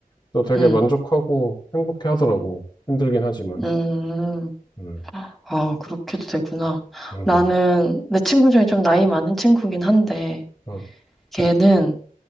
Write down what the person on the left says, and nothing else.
또 되게
만족하고 행복해 하더라고. 힘들긴 하지만.
음,
음,
음,